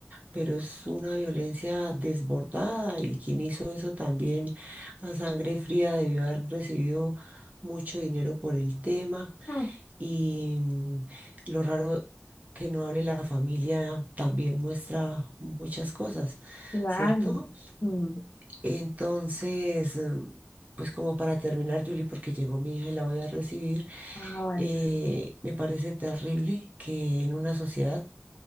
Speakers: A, on the right; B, on the left.
A: pero es una violencia desbordada y quien hizo eso también a sangre fría debió haber recibido mucho dinero por el tema
B: <laughs> Mm,
A: y mm, lo raro que no hable la familia también muestra muchas cosas,
B: claro.
A: ¿cierto?
B: Mm,
A: Entonces, mm, pues como para terminar, Julie, porque llegó mi hija y la voy a recibir,
B: ah, vale.
A: eh, me parece terrible que en una sociedad